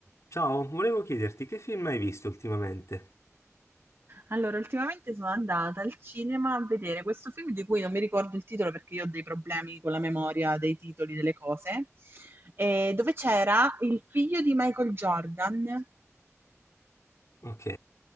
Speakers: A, on the left (about 65°); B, on the right (about 45°).
A: Ciao, volevo chiederti che film hai visto ultimamente?
B: Allora, ultimamente sono andata al cinema a vedere questo film di cui non mi ricordo il titolo perché io ho dei problemi con la memoria dei titoli delle cose, eh, dove c'era il figlio di Michael Jordan,
A: Ok,